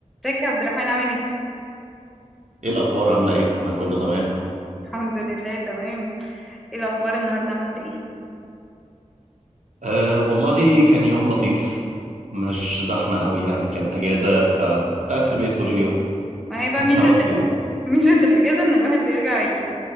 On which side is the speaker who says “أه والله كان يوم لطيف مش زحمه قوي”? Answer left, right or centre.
Right